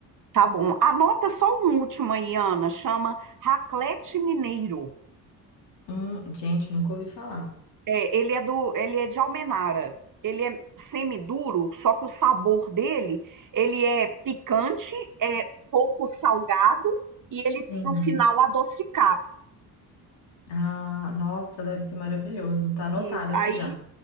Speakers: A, on the right; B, on the left.
A: Tá bom. Anota só um último aí, Ana. Chama Raclete Mineiro.
B: Hum, gente, nunca ouvi falar.
A: É, ele é do, ele é de Almenara. Ele é semiduro, só que o sabor dele, ele é picante, é pouco salgado e ele tem
B: Uhum.
A: um final adocicado.
B: Ah, nossa, deve ser maravilhoso. Tá anotado
A: Isso.
B: aqui
A: Aí
B: já.